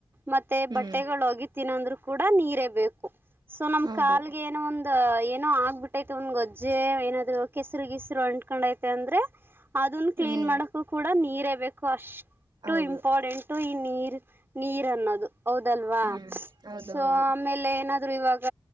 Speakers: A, on the right; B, on the right.
A: ಮತ್ತೆ
B: ಹ್ಮ್
A: ಬಟ್ಟೆಗಳು ಹೋಗಿ ತಿನ್ನಂದ್ರು ಕೂಡ ನೀರೇ ಬೇಕು ಸೊ ನಮ್
B: ಹೌದು
A: ಕಾಲ್ಗೆ ಏನೋ ಒಂದ ಏನೋ ಆಗ್ಬಿಟ್ಟತ್ ಒಂದ್ ಗೊಜ್ಜೆ ಏನಾದ್ರು ಕೆಸರು ಗಸರು ಅಂಕೊಂಡ್ಐತೆ ಅಂದ್ರೆ ಅದನ್ನ ಕ್ಲೀನ್
B: ನೀ
A: ಮಾಡಕ್ಕೂ ಕೂಡ ನೀರೇ ಬೇಕು ಅಷ್ಟು
B: ಹೌದು
A: ಇಂಪಾರ್ಟೆಂಟು ಈ ನೀರು ನೀರು ಅನ್ನೋದು ಹೌದಲ್ವಾ
B: ಹ್ಮ್ ಹೌದು
A: ಸೊ
B: ಹೌದು
A: ಆಮೇಲೆ ಏನಾದ್ರು ಇವಾಗ